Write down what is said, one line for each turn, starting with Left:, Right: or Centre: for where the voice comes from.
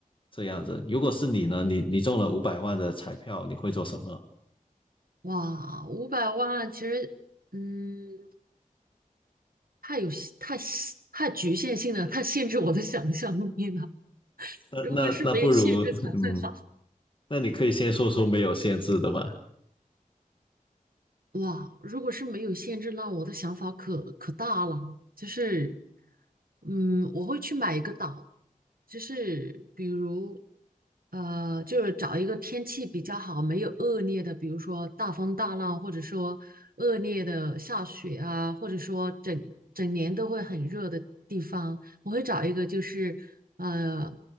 Left: 这样子。如果是你呢，你你中了五百万的彩票，你会做什么？
Right: 哇，五百万其实，嗯，太有限太限太局限性了，太限制我的想象力了。
Left: 那那那不如，
Right: 如果是没有限制才会好。
Left: <laughs> 嗯，那你可以先说说没有限制的吧。
Right: 哇，如果是没有限制，那我的想法可可大了，就是，嗯，我会去买一个岛，就是比如，呃，就是找一个天气比较好、没有恶劣的，比如说大风大浪，或者说恶劣的下雪啊，或者说整整年都会很热的地方，我会找一个就是，呃，